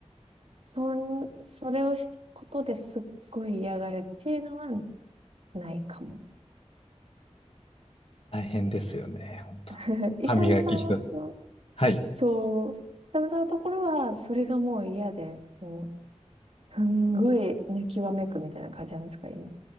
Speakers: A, on the right; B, on the left.
A: そん、それをし、ことですっごい嫌がるっていうのはないかも。
B: 大変ですよね、本当。
A: <laughs> イサムさんの、
B: 歯磨き一つ。はい。
A: そう、イサムさんのところは、それがもう嫌で、もう、すんごい泣きわめくみたいな感じなんですか、今。